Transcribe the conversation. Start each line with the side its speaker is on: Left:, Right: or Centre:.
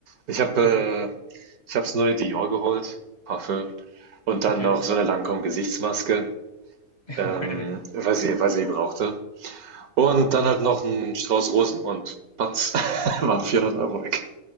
Right: Ich habe
Left: Okay.
Right: äh, ich habe das neue Dior geholt, Parfüm, und
Left: Okay.
Right: dann noch so eine Lancôme-Gesichtsmaske,
Left: <laughs>
Right: ähm,
Left: Aber,
Right: weil sie, weil sie brauchte. Und dann halt noch ein Strauß Rosen und patz, <laughs> waren 400 Euro weg.